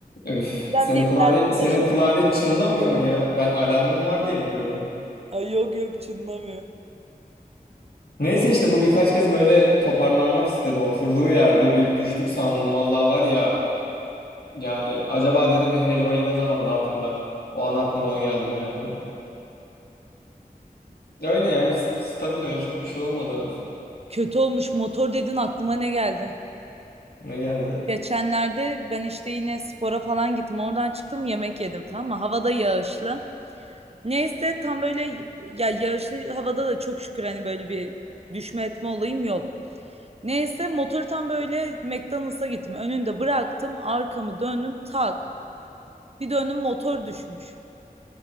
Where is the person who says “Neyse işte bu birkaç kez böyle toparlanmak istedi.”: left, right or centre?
Left